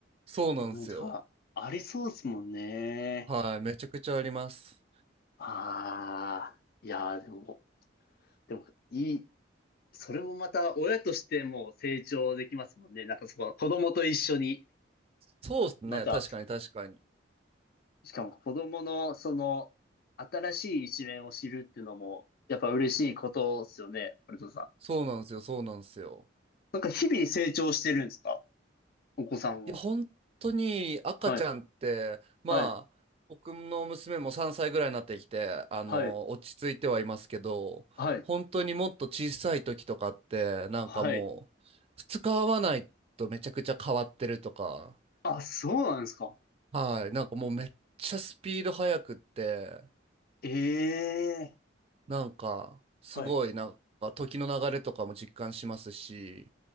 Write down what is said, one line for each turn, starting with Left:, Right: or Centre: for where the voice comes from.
Right: そうなんですよ。
Left: 部分とかありそうですもんね。
Right: はい。めちゃくちゃあります。
Left: ああ、いやーでも、でもいい。それもまた親としても成長できますもんね。なんかその子供と一緒に
Right: そうですね。
Left: また
Right: 確かに、確かに。
Left: しかも子供のその新しい一面を知るっていうのもやっぱ嬉しいことですよね、ハルトさん。
Right: そうなんですよ、そうなんですよ。
Left: なんか日々成長してるんですかお子さんは。
Right: いや、本当に赤ちゃんって、
Left: はい、
Right: まあ、
Left: はい、
Right: 僕の娘も3歳ぐらいになってきて、あの、
Left: はい、
Right: 落ち着いてはいますけど、
Left: はい、
Right: 本当にもっと小さい時とかって、なんかもう、
Left: はい。
Right: 二日会わないとめちゃくちゃ変わってるとか、
Left: あ、そうなんですか。
Right: はい。なんかもうめっちゃスピード速くって、
Left: ええ
Right: なんかすごいなんか時の流れとかも実感しますし、
Left: はい。